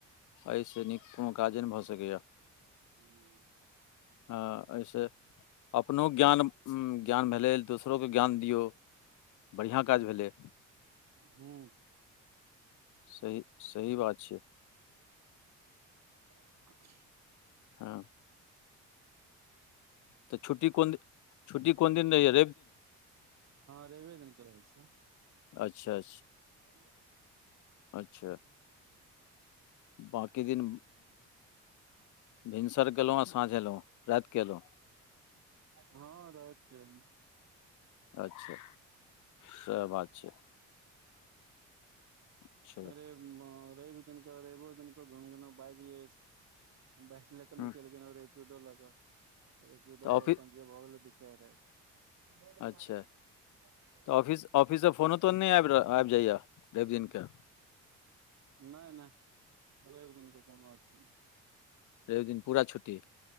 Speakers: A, on the left (about 75°); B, on the right (about 60°).
A: एहिसँ नीक कोनो काजे नइ भऽ सकैएा
B: हूँ
A: हँ एहिस अपनो ज्ञान ज्ञान भेलै दोसरोके ज्ञान दियौ बढ़िआँ काज भेलइ
B: हँ
A: सही सही बात छय
B: <unintelligible>
A: हँ तऽ छुटी कोन द छुटी कोन दिन नहि य
B: हँ रबे दिनके रहै छय
A: अच्छा अच्छा
B: ह <inaudible>
A: अच्छा
B: ह <inaudible>
A: बाँकी दिन भिनसर गेलहुँ आ साँझ अयलहुँ राइत के अलहुँ
B: हँ रात के
A: अच्छा सएह बात छय अच्छा
B: अरे रवि दिन के रइबो दिन को घुम गेलहु बाइक स बैच लाके निकल
A: हँ
B: गेलो रेपिडो लाके रेपिडो
A: तऽ ऑफिस
B: अपन जे भल दऽ छै <unintelligible>
A: अच्छा तऽ ऑफिस सँ फोनो तोन नइ आबि आबि जाइया रवि दिन के
B: नहि नहि रइब दिन के कोनो अथि नहि
A: र ओ दिनूरा छुट्टी